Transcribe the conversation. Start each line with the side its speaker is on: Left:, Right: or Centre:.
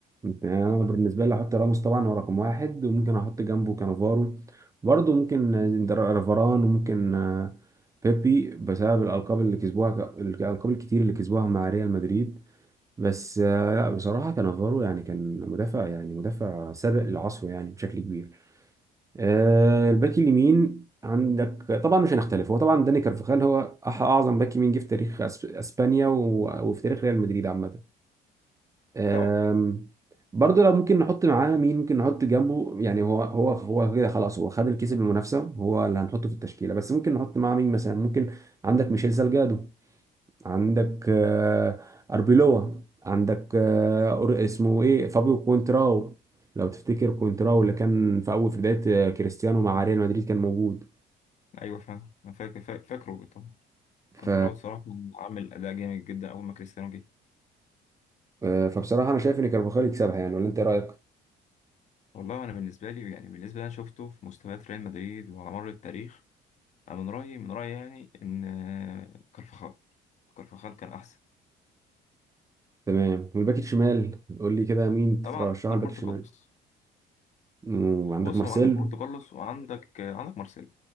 Right: انا بالنسبه لي احط راموس طبعا هو رقم واحد وممكن احط جنبه كانافارو برضه ممكن در- رافاران وممكن آه، بيبي بسبب الالقاب اللي كسبوها ك- الالقاب الكتير اللي كسبوها مع ريال مدريد بس آه، لا بصراحه كانافارو يعني كان مدافع يعني مدافع سابق لعصره يعني بشكل كبير آه، الباك اليمين عندك طبعا مش هنختلف هو طبعا داني كارفخال هو أح- اعظم باك يمين جه في تاريخ أس- اسبانيا و- وفي تاريخ ريال مدريد عامه آم،
Left: طبعا
Right: برضه لو ممكن نحط معاه مين ممكن نحط جنبه يعني هو هو هو كده خلاص هو خد الكيس بالمنافسه هو اللي هنحطه في التشكيله بس ممكن نحط معاه مين مثلا ممكن عندك ميشيل سالجادو عندك آه، أربيلوا عندك آه، أور- اسمه إيه فابيو كونتراو لو تفتكر كونتراو اللي كان في أول في بداية آه، كريستيانو مع ريال مدريد كان موجود
Left: ايوه فاهم انا فاكر فا- فاكره طبعا كنت
Right: ف
Left: راوي صراحه كان عامل اداء جامد جدا اول ما كريستيانو جه
Right: آه، فبصراحة أنا شايف إن كارفاخال يكسبها يعني ولا أنت إيه رأيك؟
Left: والله انا بالنسبه لي يعني بالنسبه اللي انا شفته في مستويات ريال مدريد وعلى مر التاريخ انا من رايي من رايي يعني ان آه، كارفاخال كارفاخال كان احسن
Right: تمام والباك الشمال قول لي كده مين ترشحه
Left: طبعا روبرتو
Right: الباك الشمال؟
Left: كارلوس
Right: وعندك
Left: بص
Right: مارسيلو
Left: هو عندك روبرتو كارلوس وعندك آه، عندك مارسيلو